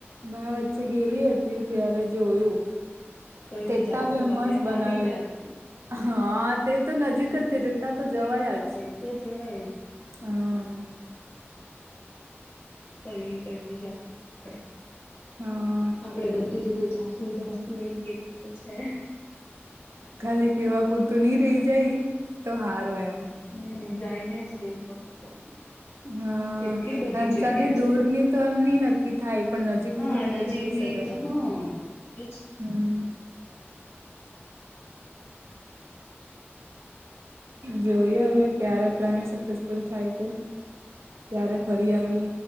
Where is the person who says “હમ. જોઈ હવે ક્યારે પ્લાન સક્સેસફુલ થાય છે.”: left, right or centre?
Right